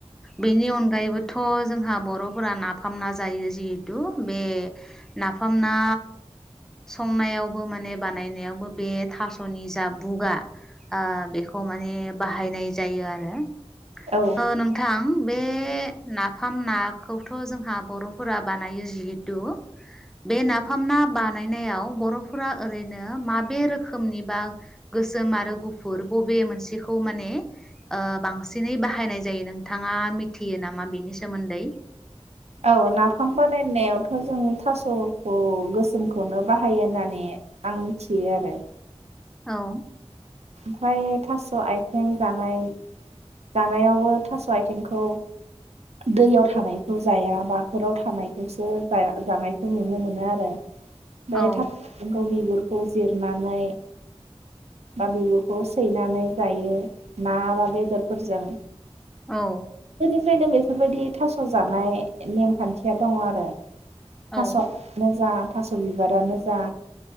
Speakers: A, in the centre; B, on the right.
A: बेनि अनगायैबोथ जोंहा बरफोरा नाफामना जायो जिहेथु बे नाफामना संनायावबो माने बानायनायावबो बे थासनि जा बुगा आ बेखौ माने बाहायनाय जायो आरो
B: औ
A: ओ नोंथां बे- बे नाफाम नाखौथ जोंहा बरफोरा बानायो जिहेथु बे नाफाम ना बानायनायाव बरफोरा ओरैनो माबे रोखोमनि बा गोसोम आरो गुफुर बबे मोनसेखौ माने ओ बांसिन दिनै बाहायनाय जायो नोंथाङा मिथियो नामा बिनि सोमोन्दै
B: औ नाफाम बानायनायावथ जों थासखौ गोसोमखौनो बाहायो होननानै आं मिथियो आरो
A: औ
B: ओमफ्राय थासआथिं जानाय जानायावबो थास आथिंखौ दैयाव थानायखौ जाया बाखोराव थानायखौसो जानायखौ नुनो मोनो आरो बेओमफ्राय
A: औ
B: था <unintelligible> खौ बिगुर खौ जिरनानै बा बिगुरखौ सैनानै जायो ना बा बेदरफोरजों
A: औ
B: निफ्रायनो बेफोरबायदि थास जानाय नेमखान्थिया दङ आरो
A: औ
B: थासाआनो जा थास बिबारानो जा